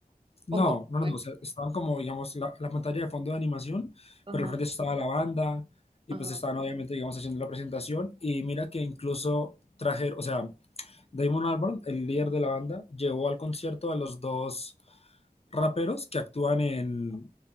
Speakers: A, on the left; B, on the right.
A: No,
B: ¿O cómo
A: no,
B: fue?
A: no, no, o sea, estaban como, digamos, la, la pantalla de fondo de animación,
B: Ajá,
A: pero al frente estaba la banda y
B: ajá.
A: pues estaban
B: Ujú,
A: obviamente, digamos, haciendo la presentación y mira que incluso trajeron, o sea, Damon Albarn, el líder de la banda, llevó al concierto a los dos raperos que actúan en